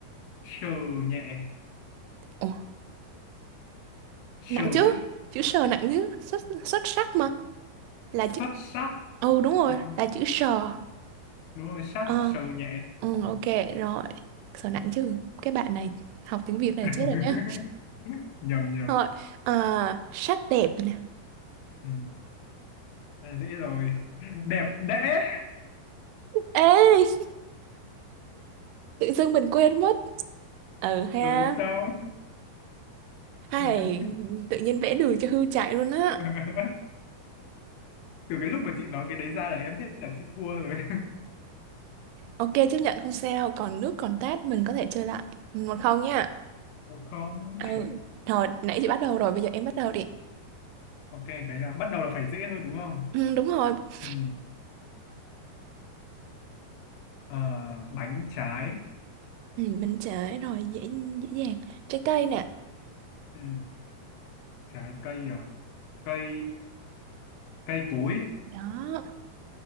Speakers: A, on the left; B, on the right.
A: Sờ nhẹ.
B: Ồ,
A: Sờ
B: nặng
A: ấy.
B: chứ. Chữ sờ nặng chứ. Xuất xuất sắc mà. Là chữ
A: Xuất sắc.
B: Ừ đúng rồi,
A: Ừ,
B: là chữ sờ.
A: đúng rồi, sắc,
B: Ờ,
A: sờ nhẹ.
B: ừ, ok rồi. Sờ nặng chứ. Cái bạn này học tiếng Việt này
A: <laughs>
B: chết rồi nhá.
A: Nhầm nhầm.
B: Rồi, à, sắc đẹp nè.
A: Ừ, đã dễ rồi. Đẹp đẽ.
B: Ê, tự dưng mình quên mất. Ừ ha.
A: Rồi sao?
B: Hay,
A: <laughs>
B: tự nhiên vẽ đường cho hươu chạy luôn á.
A: <laughs> từ cái lúc mà chị nói cái đấy ra là em biết là chị thua rồi
B: Ok chấp nhận không sao, còn nước còn tát mình có thể chơi lại. Một không nha.
A: <laughs> một không
B: Ừ. Rồi, nãy chị bắt đầu rồi, bây giờ em bắt đầu đi.
A: ok cái nào bắt đầu là phải dễ thôi đúng không
B: Ừ, đúng rồi <clears throat>
A: ừ. Ờ, bánh trái
B: mình trễ rồi dễ dễ dàng trái cây nè
A: ừ. trái cây à cây cây cối
B: đó